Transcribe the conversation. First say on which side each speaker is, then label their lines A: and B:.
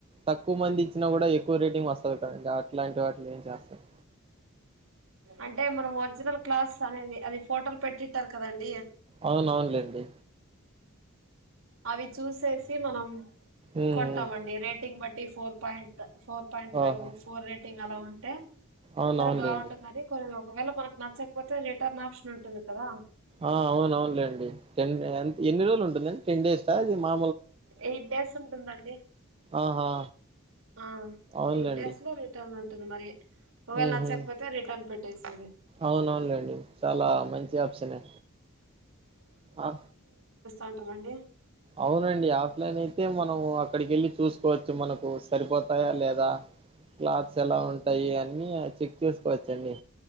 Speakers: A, on the right (about 25°); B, on the right (about 65°).
A: తక్కువ మంది ఇచ్చినా కూడా ఎక్కువ రేటింగ్ వస్తది కదండి అట్లాంటి వాటిలో ఏం చేస్తారు
B: అంటే మనం ఒరిజినల్ క్లాస్ అనేది అది ఫోటోలు పెట్టిట్టారు కదండి
A: అవును అవునులేండి
B: అవి చూసేసి మనం
A: ఉమ్
B: కొంటామండి రేటింగ్ బట్ టీ four point four point five
A: ఓహో
B: ఫోర్ రేటింగ్ అలా ఉంటే
A: అవునవునులేండి
B: సరే బాగుంటుందని కొన్ని ఒకవేళ మనకు నచ్చకపోతే రిటర్న్ ఆప్షన్ ఉంటుంది కదా
A: ఆ అవును అవునులేండి టెన్ ఎన్ని రోజులు ఉంటుందండి టెన్ డేస్ అది మా
B: ఎయిట్ డేస్ ఉంటుందండి
A: ఆహా
B: ఆ
A: అవునులేండి
B: ఎయిట్ డేస్ లో రిటర్న్ ఉంటుంది మరి ఒకవేళ
A: ఉహు
B: నచ్చకపోతే రిటర్న్ పెట్టేసి
A: అవునవునులేండి చాలా మంచి ఆప్షనే ఆ
B: అంటరండి
A: అవునండి ఆఫ్లైన్ అయితే మనం అక్కడికి వెళ్ళి చూసుకోవచ్చు మనకు సరిపోతాయా లేదా క్లాత్స్ ఎలా ఉంటాయి అన్ని చెక్ చేసుకోవచ్చండి